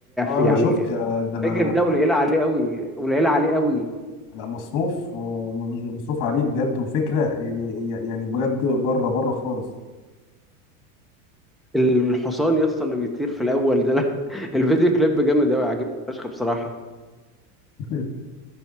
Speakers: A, on the left; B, in the centre.
A: اه
B: يعني
A: انا شفت آه، ده انا
B: فاجر ده قليله عليه قوي قليله عليه قوي
A: لا مصروف ومصروف عليه بجد وفكره يعني يعني بجد بره بره خالص
B: الحصان يا اسطى اللي بيطير في الاول ده لا، <laughs> الفيديو كليب جامد قوي عاجبني فشخ بصراحه
A: <laughs>